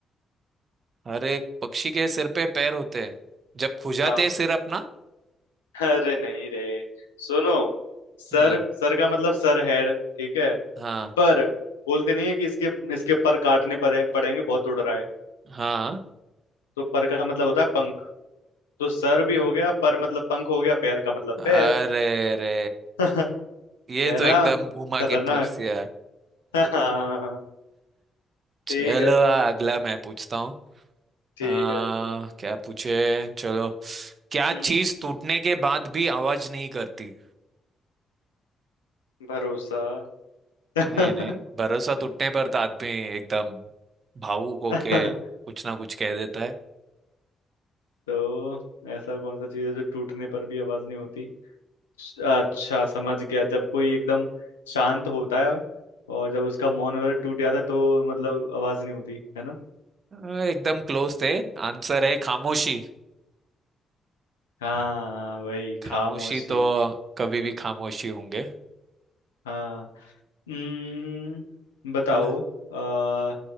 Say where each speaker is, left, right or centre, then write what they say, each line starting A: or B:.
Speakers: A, on the right (about 50°); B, on the left (about 85°).
A: हर एक पक्षी के सिर पे पैर होते हैं जब खुजाते
B: हाँ
A: हैं सिर अपना
B: अरे नहीं रे सुनो सर
A: हाँ
B: सर का मतलब सर हेड ठीक है
A: हाँ
B: पर बोलते नहीं है कि इसके इसके पर काटने पड़े पड़ेंगे बहुत उड़ रहा है
A: हाँ
B: तो पर का मतलब होता है तो सर भी हो गया पर मतलब पंख हो गया पैर का मतलब
A: अरे
B: पैर
A: रे
B: <laughs>
A: ये
B: है
A: तो
B: ना
A: एकदम घुमा
B: खतरनाक
A: के पूछ दिया
B: <laughs> हाँ
A: चलो
B: ठीक है
A: अगला मैं पूछता हूँ
B: ठीक
A: आ,
B: है
A: क्या पूछे चलो क्या
B: हम्म
A: चीज टूटने के बाद भी आवाज नहीं करती
B: भरोसा <laughs>
A: नहीं नहीं भरोसा टूटने पर तो आदमी एकदम भावुक होके
B: अच्छा
A: कुछ ना कुछ कह देता है
B: तो ऐसा कौन सा चीज है जो टूटने पर भी आवाज नहीं होती अच्छा समझ गया जब कोई एकदम शांत होता है और जब उसका मौन वगैरह टूट जाता है तो मतलब आवाज नहीं होती है ना
A: आ, एकदम क्लोज थे आंसर है खामोशी
B: हाँ वही
A: खामोशी
B: खामोशी
A: तो कभी भी खामोशी होंगे
B: हाँ हम्म, बताओ
A: चलो
B: आ,